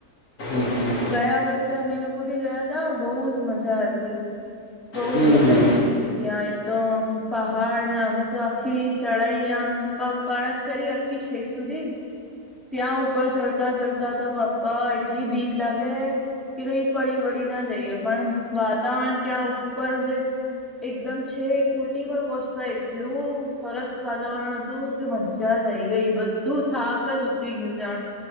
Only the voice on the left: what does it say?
<unintelligible>
હમ
હમ.